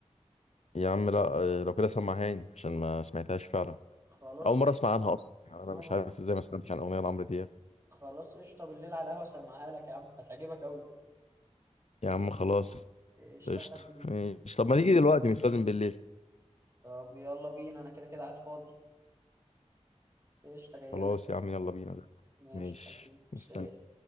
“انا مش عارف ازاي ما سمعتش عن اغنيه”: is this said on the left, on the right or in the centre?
Left